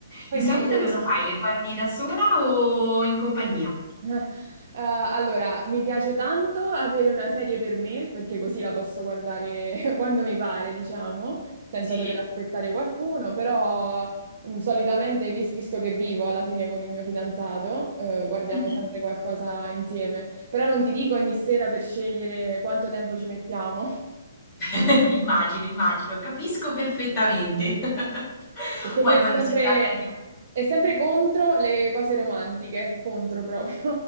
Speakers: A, on the right (about 55°); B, on the left (about 15°).
A: Poi
B: Di
A: invece
B: solito cosa fai? Le guardi da sola o in compagnia?
A: Eh, allora, mi piace tanto avere una serie per me, perché così la posso guardare <laughs> quando mi pare, diciamo, senza
B: Sì.
A: dover aspettare qualcuno, però mh, solitamente, vis- visto che vivo alla fine con il mio fidanzato, eh, guardiamo
B: Mh-mh.
A: sempre qualcosa insieme. Però non ti dico ogni sera per scegliere quanto tempo ci mettiamo, <laughs>
B: <laughs> Immagino, immagino, capisco perfettamente. <laughs>
A: perché
B: Poi
A: lui è
B: quando
A: sempre,
B: si tratta di un
A: è sempre contro le cose romantiche, contro proprio.